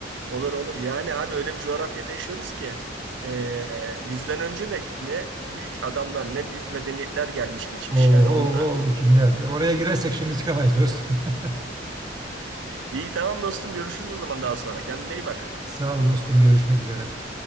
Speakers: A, on the right; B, on the right.
A: Olur olur. Yani abi öyle bir coğrafyada yaşıyoruz ki e, bizden önce de ki ne büyük adamlar ne büyük medeniyetler gelmiş geçmiş
B: Oo,
A: yani. Onda...
B: oo, oo, kimler? Oraya girersek şimdi çıkamayız dostum. <laughs>
A: İyi tamam dostum görüşürüz o zaman daha sonra. Kendine iyi bak.
B: Sağ ol dostum görüşmek üzere. Hadi.